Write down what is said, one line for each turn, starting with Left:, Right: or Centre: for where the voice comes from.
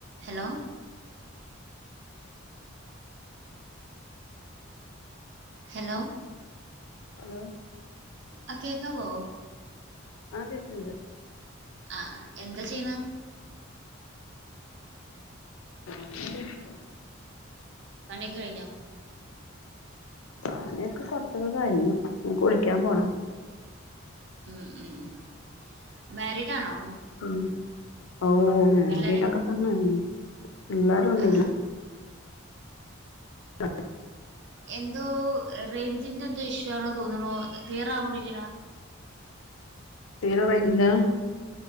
Right: Hello hello
Left: hello
Right: ആഹ് കേക്കാവോ
Left: ആഹ് കേക്കണ്ട്
Right: ആ എന്താ ചെയ്യണ
Left: <unintelligible>
Right: പണിയൊക്കെ കഴിഞ്ഞോ
Left: പണിയൊക്കെ കുറച്ചൊക്കെ കഴിഞ്ഞു നിക്ക് കുളിക്കാൻ പോണം
Right: ഉം ഉം ഉം മേരിഡ് ആണോ
Left: പിന്നെ ഓ മാരിഡൊക്കെ
Right: പിള്ളേരെ
Left: തന്നെ പിള്ളരൊന്നും
Right: ആ,
Left: ഇല്ല അ
Right: എന്തോ റേഞ്ചിന്റെ എന്തോ ഇഷ്യൂ ആണോ തോന്നണോ ക്ലിയർ ആവണില്ലല്ലേ
Left: തീരെ റെയിഞ്ച് ഇല്ല